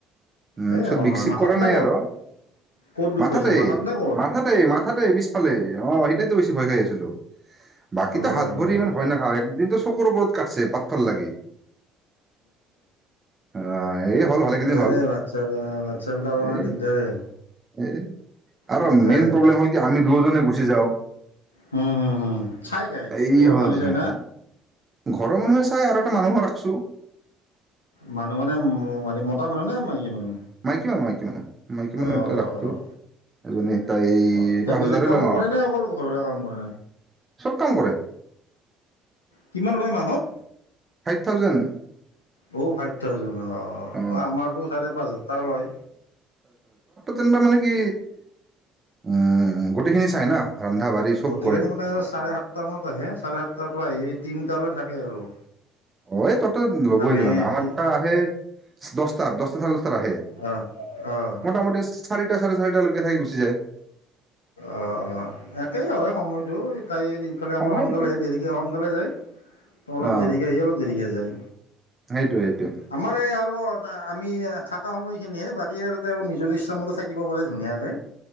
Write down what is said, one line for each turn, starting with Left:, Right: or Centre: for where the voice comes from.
Right: উম
Left: এ
Right: পিছত
Left: একো
Right: বিষ
Left: নহয়
Right: চিক
Left: মাথাত
Right: কৰা
Left: নে
Right: নাই
Left: ক'ত
Right: আৰু
Left: ক'ত দুুব
Right: মাথাতে
Left: পাইছে মাথাত নে ক'ত।
Right: মাথাতে মাথাাতে পিছফালে অ সেইটাইতো বেছি ভয় খাই আছিলো। বাকীতো
Left: অঁ
Right: হাত ভৰি ইমান ভয় নাখাওঁ একদিন। চকুৰ ওপৰত কাটছে পাথৰ লাগি। অ এই হ'ল ভালেকেইদিন
Left: দিগদাৰ
Right: হ'ল
Left: হোৱাটছপ হোৱাটছএপ বিলাকৰ কাৰানে
Right: এই
Left: দিগদাৰেই।
Right: এই আৰু
Left: দিগদাৰেই
Right: মেইন প্ৰব্লেম হল কি আমি দুজনে। গুচি যাওঁ।
Left: হম হুম হুম চাই গাই
Right: এই
Left: সৰুৰ
Right: হ'ল
Left: মানুহ
Right: ঝেমেলা
Left: যায় না।
Right: ঘৰৰ মানুহে চাই আৰু এটা মানুহো ৰাখছোঁ।
Left: মানুহ মানে মতা মানুহ নে মাইকী মানুহ
Right: মাইকী মানুহ মাইকী মানুহ মাইকী
Left: অঁ
Right: মানুহ এটা
Left: অঁ
Right: ৰাখটো
Left: অঁ
Right: এজনী তাই
Left: অঁ
Right: পাঁচ
Left: এই বেলেগ
Right: হাজাৰ
Left: কামো
Right: লয় মাহত
Left: কৰেনে অকল ঘৰৰে কাম কৰে
Right: চব। কাম কৰে।
Left: কিমান লয় মাহত।
Right: ফাইভ থাউজেন্দ,
Left: অঁ ফাইভ থাউজেণ্ড
Right: অ
Left: অঁ আমাৰতো চাৰে পাঁচ হাজাৰ টকা লয়
Right: যেনা মানে কি উ <unintelligible> গোটেইখিনি চাই না, ৰন্ধা বাঢ়ি চব
Left: গোটেইখিনি
Right: কৰে
Left: মানে চাৰে সাতটা মানত আহে, চাৰে সাতটাৰ পৰা আহি- তিনিটালৈ থাকে আৰু।
Right: অ এই তত ল'ব‌ই
Left: আমি
Right: তেনেহ'লে, আমাৰটা
Left: তি
Right: আহে দছটাৰ দছটা চাৰে দছটাত আহে।
Left: অঁ অঁ
Right: মোটামুটি চাৰি টা চাৰে চাৰিটা লৈকে থাকি গুচি যায়।
Left: অ অ একেই হয় সময়টো। তাইৰ ইফালে
Right: সময়
Left: আমাৰ সোনকালে
Right: একে
Left: আহি দেৰিকৈ সোনকালে যায়।
Right: অ
Left: অলপ দেৰিকৈ আহি অলপ দেৰিকৈ যায়।
Right: সেইটোৱে সেইটোৱে
Left: আমাৰ এই আৰু আমি থকা সময়খিনিহে বাকী আৰু তেওঁ নিজৰ ইচ্ছামতে থাকিব পাৰে ধুনীয়াকে